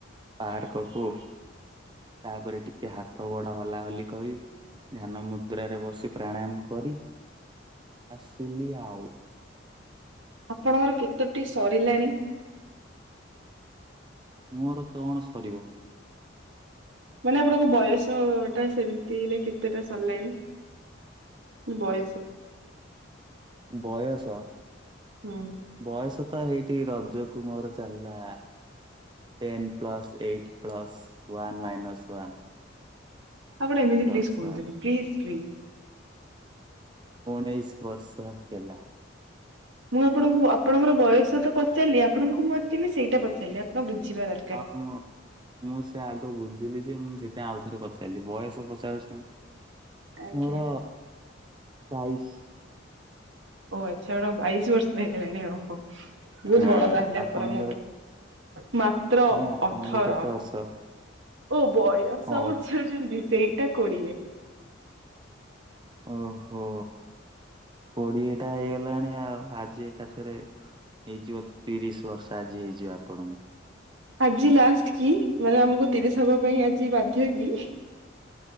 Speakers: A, on the right; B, on the right.
A: ପାର୍କ କୁ ତାପରେ ଟିକେ ହାତ ଗୋଡ ହଲା ହଲି କରି। ଧ୍ୟାନ ମୁଦ୍ରାରେ ବସି ପ୍ରାଣାୟାମ କରି ଆସିଲି ଆଉ।
B: ଆପଣଙ୍କର କେତୋଟି ସରିଲାଣି।
A: ମୋରୋ କଣ ସରିବ।
B: ମାନେ ଆପଣଙ୍କ ବୟସ ଟା ସେମିତିରେ କେତେଟା ସରିଲାଣି। ବୟସ।
A: ବୟସ।
B: ହୁଁ।
A: ବୟସ ତ ହେଇଟି ରଜ କୁ ମୋରୋ ଚାଲିଲା। Ten plus eight plus one minus one.
B: ଆପଣ ଏମିତି
A: ପ୍ଲସ୍
B: ପ୍ଲିସ୍ କୁହନ୍ତୁନି
A: ୱାନ୍
B: ପ୍ଲିସ୍ ପ୍ଲିସ୍।
A: ଉଣେଇଶ ବର୍ଷ ହେଲା।
B: ମୁଁ ଆପଣଙ୍କୁ ଆପଣଙ୍କର ବୟସ ତ ପଚାରିଲି ଆପଣଙ୍କୁ ମୁଁ ଆକ୍ଚୁଆଲି ସେଇଡା ପଚାରିଲି ଆପଣ ବୁଝିବା ଦର
A: ହଁ ମୁଁ ମୁଁ ସେ ଆଗ ବୁଝିଲି ଯେ ମୁଁ ସେଥି ପାଇଁ ଆଉ ଥରେ ପଚାରିଲି ବୟସ ପଚାରୁଛନ୍ତି।
B: ଆଜ୍ଞା।
A: ମୋର ବାଇଶ।
B: ଓ ଆଚ୍ଛା <unintelligible> ବାଇଶି ବର୍ଷ ହେଗଲାଣି ଓହୋ। ବୋହୁତ
A: ହଁ
B: ବଡ ତାହାଲେ
A: ଆପଣଙ୍କର
B: ଆପଣ ମୋଠୁ ମାତ୍ର
A: କାହିଁ ଆପଣଙ୍କୁ
B: ଅଠର।
A: କେତେ ବର୍ଷ
B: ଓ ବୟସ
A: ଅଠ
B: ପଛାରୁଚନ୍ତି ସେଇଡା କୋଡିଏ।
A: ଓହୋ କୋଡିଏ ଟା ହେଇଗଲାଣି ଆଉ ଆଜି ଏକାଥରେ ହେଇଯିବ ତିରିଶ ବର୍ଷ ଆଜି ହେଇଯିବ ଆପଣଙ୍କୁ।
B: ଆଜି ଲାଷ୍ଟ କି ମାନେ ଆମୁକୁ ତିରିଶ ହବା ପାଇଁ ଆଜି ବାଧ୍ୟ କି।